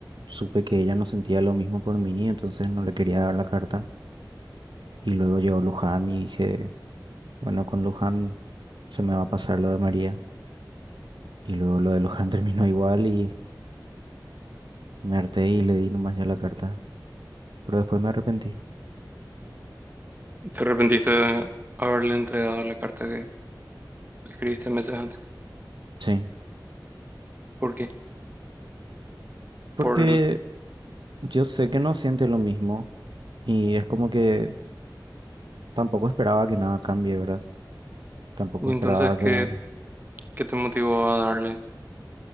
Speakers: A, on the right; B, on the right.
A: supe que ella no sentía lo mismo por mí, entonces no le quería dar la carta. Y luego llegó Luján y dije, bueno, con Luján se me va a pasar lo de María. Y luego lo de Luján <laughs> terminó igual y me harté y le di nomás ya la carta. Pero después me arrepentí.
B: ¿Te arrepentiste de haberle entregado la carta que escribiste meses antes?
A: Sí.
B: ¿Por qué?
A: Porque
B: Por el-
A: yo sé que no siente lo mismo. Y es como que tampoco esperaba que nada cambie, ¿verdad? Tampoco
B: ¿Y
A: esperaba
B: entonces qué,
A: que
B: qué te motivó a darle